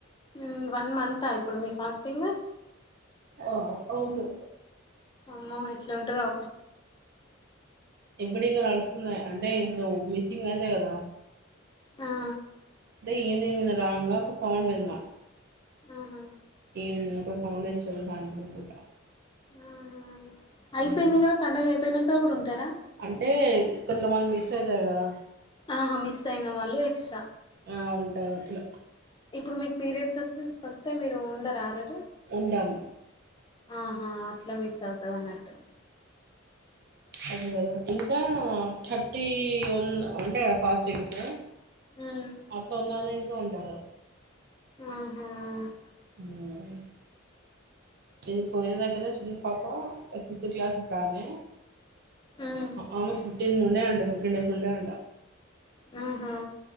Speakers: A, on the left; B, on the right.
A: హూ వన్ మంతా ఇప్పుడు మీ ఫాస్టింగ్
B: ఓహో అవును
A: అమ్మో ఎట్లుంటరో
B: ఇప్పుడు ఇంగా నడుస్తున్నాయి అంటే ఇప్పుడు మిస్సింగ్ అయితే కద
A: ఆ
B: ఏది మీరు రాంగ్ గా ఒక సౌండ్ విన్నా
A: ఆహా
B: ఈమె ఉన్నప్పుడు వస్ భవనేశ్వర సాయంత్రం పూట
A: ఆహా అయిపోయింది
B: మ్మ్
A: కదా పండగ అయిపోయిన తోగుడ ఉంటర
B: అంటే కొంతమంది మిస్ ఐతర్ కదా
A: ఆహా మిస్ అయిన వాళ్ళు ఎక్స్
B: ఆ ఉంటారు అట్ల
A: ఇప్పుడు మీకు పీరియడ్స్ వస్తే వస్తే మీరు ఉండరా ఆ రోజు
B: ఉండం
A: ఆహా అట్ల మిస్ అవుతది అన్నట్టు
B: అదే కదా ఇంకా థర్టీ వన్ ఉంటాయి కదా ఫాస్టింగ్సు
A: హ్మ్
B: అట్లా ఉన్న వాళ్ళు ఇం తో ఉంటారు
A: ఉహ్మ హమ్
B: మ్మ్. ఇది పోయిన దగర చిన్న పాప సిత్త్ క్లాస్ అంట అమే
A: హ్మ్
B: ఆమె ఫిఫ్టీన్‌ ను ఉండే ఫిఫ్టీన్ డేస్ ఉండేయంట
A: ఉమ్మ్